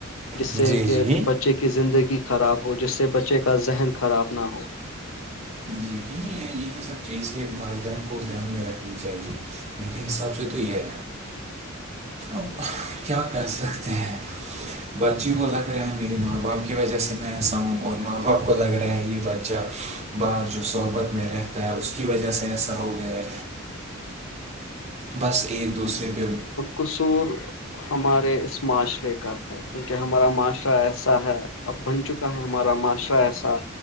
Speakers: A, on the left; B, on the right.
A: جس
B: جی
A: سے کہ
B: جی جی
A: بچے کی زندگی خراب ہو جس سے بچے کا ذہن خراب نہ ہو
B: جی یہ یہی سب چیزیں ماردن کو دھیان میں رکھنی چاہیے میرے حساب سے تو یہ ہے اب کیا کر سکتے ہیں بچے کو لگ رہا ہے میرے ماں باپ کی وجہ سے میں ایسا ہوں اور ماں باپ کو لگ رہا یہ ب ہ بار جو صحبت میں رہتا ہے اس کی وجہ سے ایسا ہو گیا ہے بس ایک دوسرے پہ
A: کصور ہمارے اس معاشرے کا ہے کیونکہ ہمارا معاشرہ ایسا ہے اب بن چکے ہمارا معاشرہ ایسا